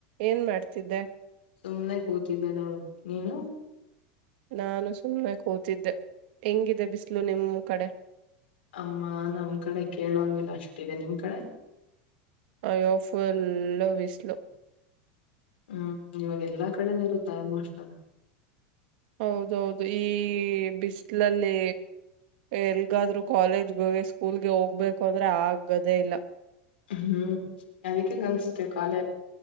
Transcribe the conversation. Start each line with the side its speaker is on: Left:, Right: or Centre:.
Right: ಏನ್ ಮಾಡ್ತಿದ್ದೆ
Left: ಸುಮನೆ ಕೂತಿದ್ದೆ ನು ನೀನು
Right: ನಾನು ಸುಮ್ಮನೆ ಕೂತಿದ್ದೆ ಹೆಂಗಿದೆ ಬಿಸಿ್ಲು ನಿಮ್ಮ್ ಕಡೆ
Left: ಅಮ್ಮ ನಮ್ ಕಡೆ ಕೇಳೋಂಗಗೆಿಲ್ಲ ಅಷ್ಟಿದೆ ನಿಮ್ ಕಡೆ
Right: ಆಯೋಫಲ್ಲ ವಿಿಸಲು
Left: ಹ್ಮ್ ಇವಾಗ ಎಲ್ಲಾ ಕಡೆನ ಇರುತ್ತೆ ಆಮೋಸ್ಟ್ ಅಲ್ಲ
Right: ಹೌದೌದು ಈ ಬಿಸಿಲಲ್ಲಿ ಎಲ್ಗಾದ್ರು ಕಾಲೇಜ್ ಬ ಸ್ಕೂಲ್ಗೆ ಹೋಗ್ಬೇಕು ಅಂದ್ರೆ ಆಗದೇ ಇಲ್ಲ
Left: ಹ್ಮ್ ಅದಕ್ಕ ಕನಿಸುತ್ತ ಕ ಅಾಲ